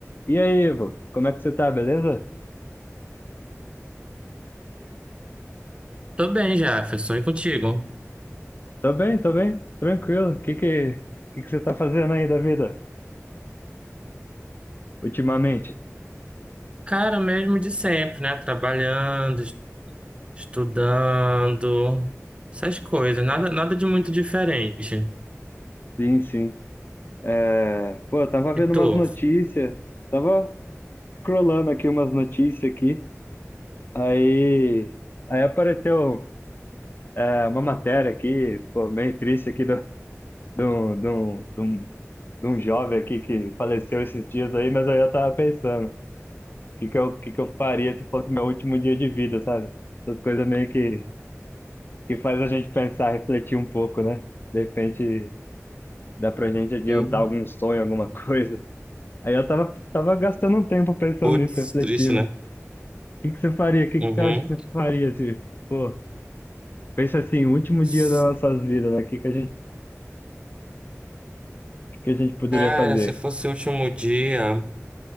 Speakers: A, on the left; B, on the right.
A: E aí, Ivo, como é que você tá, beleza?
B: Tô bem, Jefferson, e contigo?
A: Tô bem, tô bem, tranquilo. O que que, que que você tá fazendo aí da vida ultimamente?
B: Cara, o mesmo de sempre, né? Trabalhando, es- estudando, essas coisas, nada, nada de muito diferente.
A: Sim, sim. É, Pô, eu tava vendo
B: E
A: umas
B: tu?
A: notícias, eu tava scrollando aqui umas notícias aqui, aí, aí apareceu é, uma matéria aqui, pô, meio triste aqui, do, do, do, do, de um jovem aqui que faleceu esses dias aí, mas aí eu tava pensando, o que que eu, que que eu faria se fosse meu último dia de vida, sabe? Essas coisas meio que que faz a gente pensar, refletir um pouco, né? De repente dá pra gente adiantar
B: Hum.
A: algum sonho, alguma <laughs> coisa. Aí eu tava, tava gastando um tempo pensando
B: Putz,
A: nisso, refletindo.
B: triste, né?
A: O que que você faria? O que
B: Uhum.
A: que você acha que você faria se, pô, pensa assim, o último
B: S-
A: dia das nossas vidas, né? O que que a gente, que a gente poderia
B: Cara,
A: fazer?
B: se fosse o último dia,